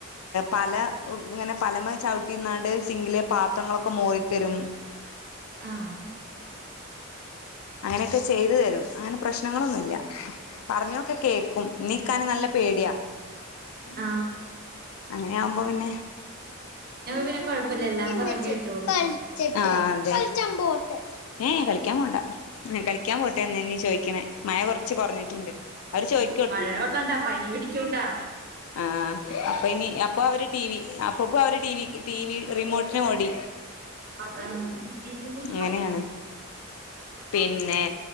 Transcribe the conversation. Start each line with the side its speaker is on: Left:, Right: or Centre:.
Left: പല ഇങ്ങനെ പലമേ ചവിട്ടിന്നാണ്ട് സിങ്കിലെ പാത്രങ്ങളൊക്കെ മോറിത്തരും
Right: ആഹ
Left: അങ്ങനെയൊക്കെ ചെയ്തു തരും അങ്ങനെ പ്രശ്നങ്ങളൊന്നുല്ല പറഞ്ഞാലൊക്കെ കേക്കും ക്കും നീക്കാന് നല്ല പേടിയാ
Right: ആ
Left: നെ ആകുമ്പോ പിന്നെ
Right: പിന്നെ കൊഴപ്പില്ല എല്ലാം പറഞ്ഞ
Left: പിച്ച്
Right: കേട്ടോളും
Left: കളിച്ചട്ട ആഹ് തെ ചമ്പോട്ടെ ഏഹ് കളിക്കാൻ പോണ്ട കളിക്കാൻ പോട്ടെ എന്നനി ചോദിക്കണേ മഴ കുറച്ച് കുറഞ്ഞിട്ടുണ്ട് അവര് ചോയ്
Right: മഴ വെള്ളണ്ടാ പനി പിടിച്ചു ട്ടാ
Left: ആ അപ്പൊഇനി അപ്പൊവര് ടീ വി ന അവര് ടി വി ടി വി റിമോട്ടിന് ഓടി
Right: അത്രയും ആഹ്. ബിബി കുഞ്ഞ്
Left: അങ്ങനെയാണ് പിന്നെ